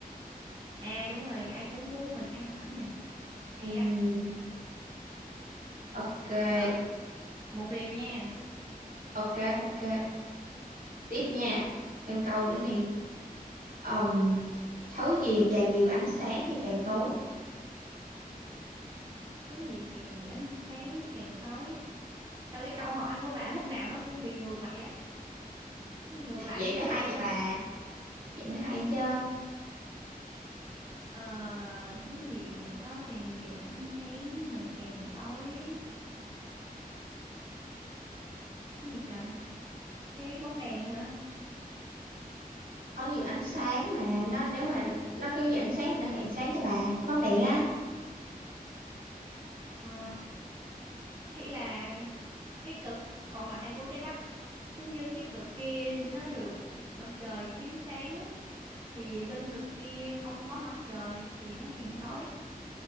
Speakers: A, on the right; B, on the right.
A: à đúng rồi ai cũng muốn mình ăn ảnh nha hay
B: Ừm,
A: á
B: ok
A: rồi một điều nha
B: ok ok tiếp nha thêm câu nữa nè Ừm, thứ gì càng nhiều ánh sáng thì càng tối
A: thứ gì càng nhiều ánh sáng càng tối sao cái câu hỏi của bà lúc nào nó cũng bị ngược lại á nó ngược lại
B: vậy
A: với
B: mới
A: lại
B: hay
A: sự
B: chứ
A: thật
B: bà vậy mới hay chứ
A: Ờ, thứ gì mà có càng nhiều ánh sáng mà càng tối cái gì trời cái bóng đèn hả
B: có nhiều ánh sáng mà nó nếu mà nó có nhiều ánh sáng thì nó càng sáng cho bà cái bóng đèn á
A: ờ hay là cái cực còn lại của trái đất giống như cái cực kia nó được mặt trời chiếu sáng thì bên cực kia không có mặt trời thì nó càng tối